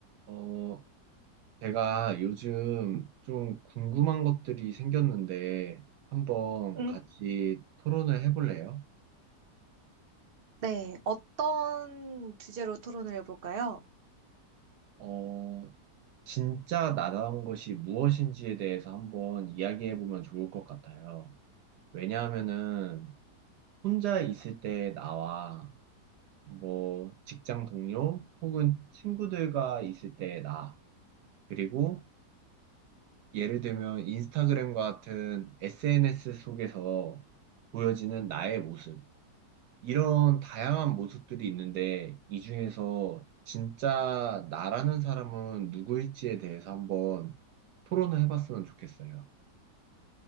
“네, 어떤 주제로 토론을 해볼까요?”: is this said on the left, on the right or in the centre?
Right